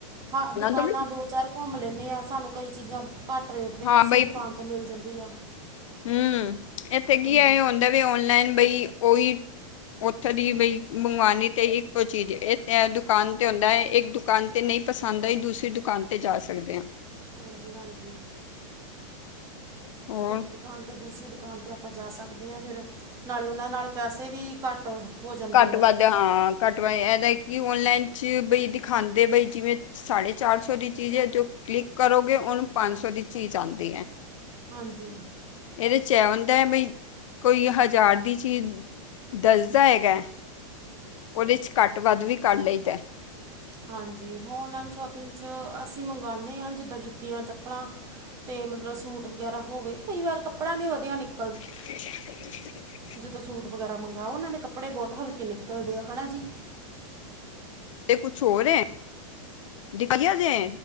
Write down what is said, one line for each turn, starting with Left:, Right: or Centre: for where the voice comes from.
Right: ਹਾਂ ਦੁਕਾਨਾਂ
Left: ਤੋਂ ਵੀ
Right: ਦੋ ਚਲ ਘੁੰਮ ਲੈਂਣੇ ਆਂ ਸਾਨੂੰ ਕਈ ਚੀਜ਼ਾਂ ਕਟ ਰੇਟ ਤੇ
Left: ਹਾਂ
Right: ਕਿਸੇ
Left: ਬਈ
Right: ਦੁਕਾਨ ਤੋਂ ਮਿਲ ਜਂਦੀ ਆ
Left: ਹੂੰ ਇੱਥੇ
Right: ਹਾਂਜੀ
Left: ਕੀ ਐਏ ਹੁੰਦਾ ਵੀ ਔਨਲਾਈਨ ਬਈ ਓਈ ਓਥੋਂ ਦੀ ਬਈ ਮੰਗਵਾਨੀ ਤੇ ਇੱਕੋ ਚੀਜ਼, ਇਥ ਦੁਕਾਨ ਤੇ ਹੁੰਦਾ ਐ ਇੱਕ ਦੁਕਾਨ ਤੇ ਨਈ ਪਸੰਦ ਆਈ, ਦੂਸਰੀ ਦੁਕਾਨ ਤੇ ਜਾ ਸਕਦੇ ਆਂ।
Right: ਹਾਂਜੀ-ਹਾਂਜੀ।
Left: ਹੋਰ
Right: ਇੱਕ ਦੁਕਾਨ ਤੋਂ ਦੂਸਰੀ ਦੁਕਾਨ 'ਤੇ ਆਪਾਂ ਜਾ ਸਕਦੇ ਹਾਂ ਫਿਰ ਨਾਲੇ ਓਨਾਂ ਨਾਲ ਪੈਸੇ ਵੀ ਘੱਟ ਹੋ ਜਾਂਦੇ
Left: ਘੱਟ
Right: ਆ।
Left: ਵੱਧ ਹਾਂ ਘੱਟ ਵਾ ਏਦਾ ਹੀ ਔਨਲਾਈਨ 'ਚ ਬਈ ਦਿਖਾਂਦੇ ਬਈ ਜਿਵੇਂ ਸਾਢੇ ਚਾਰ ਸੌ ਦੀ ਚੀਜ਼ ਏ, ਜੋ ਕਲਿੱਕ ਕਰੋਗੇ ਓਨੂੰ ਪੰਜ ਸੌ ਦੀ ਚੀਜ਼ ਆਂਦੀ ਐ।
Right: ਹਾਂਜੀ
Left: ਏਦੇ 'ਚ ਐ ਹੁੰਦਾ ਬ‌ਈ, ਕੋਈ ਹਜ਼ਾਰ ਦੀ ਚੀਜ਼ ਦੱਸਦਾ ਹੈਗਾ ਓਦੇ 'ਚ ਘੱਟ ਵੱਧ ਵੀ ਕਰ ਲਈਦਾ।
Right: ਹਾਂਜੀ ਔਨਲਾਈਨ ਸ਼ੋਪਿੰਗ 'ਚ ਅਸੀਂ ਮੰਗਣੇ ਆਂ ਜਿੱਦਾਂ ਜੁੱਤੀਆਂ ਚੱਪਲਾਂ ਤੇ ਮਤਲਬ ਸੂਟ ਵਗੈਰਾ ਹੋਵੇ, ਕਈ ਵਾਰ ਕੱਪੜਾ ਨੀ ਵਧੀਆ ਨਿਕਲ
Left: <inaudible>
Right: ਜਦੋਂ ਸੂਟ ਵਗੈਰਾ ਮੰਗਾਓ, ਓਨਾਂ ਦੇ ਕੱਪੜੇ ਬੋਤ ਹਲਕੇ ਨਿਕਲਦੇ ਆ ਹਨਾ ਜੀ।
Left: ਤੇ ਕੁੱਛ ਹੋਰ ਐ। <unintelligible> ਜੇ